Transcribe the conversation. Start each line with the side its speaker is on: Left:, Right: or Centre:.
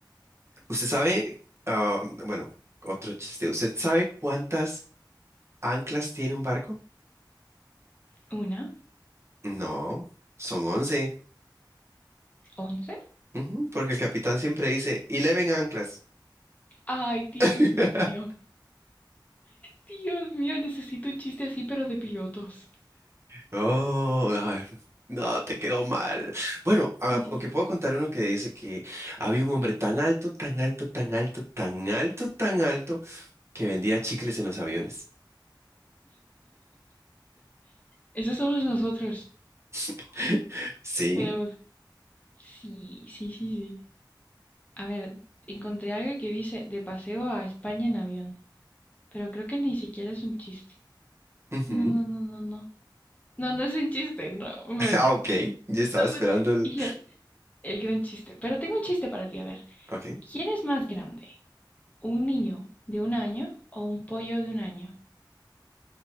Right: Usted sabe, ah, bueno, otro chiste, ¿usted sabe cuántas anclas tiene un barco?
Left: Una,
Right: No, son once,
Left: once.
Right: Ujú, porque el capitán siempre dice, eleven anclas.
Left: Ay, Dios
Right: <laughs>
Left: mío. Dios mío, necesito un chiste así, pero de pilotos.
Right: Oh, ay, no, te quedó mal. Bueno, ah,
Left: Tiene
Right: aunque
Left: que...
Right: puedo contar uno que dice que había un hombre tan alto, tan alto, tan alto, tan alto, tan alto, que vendía chicles en los aviones.
Left: Esos somos nosotros.
Right: <laughs> Sí,
Left: Tenemos... Sí, sí, sí, sí. A ver, encontré algo que dice de paseo a España en avión. Pero creo que ni siquiera es un chiste.
Right: Ujú.
Left: No, no,
Right: <laughs>
Left: no, no, no. No, no es un chiste, no. me-
Right: Ah, ok. Yo estaba
Left: no
Right: esperando
Left: es un chiste.
Right: el.
Left: Y yo, el gran chiste. Pero tengo un chiste para ti, a ver.
Right: Ok.
Left: ¿Quién es más grande? ¿Un niño de un año o un pollo de un año?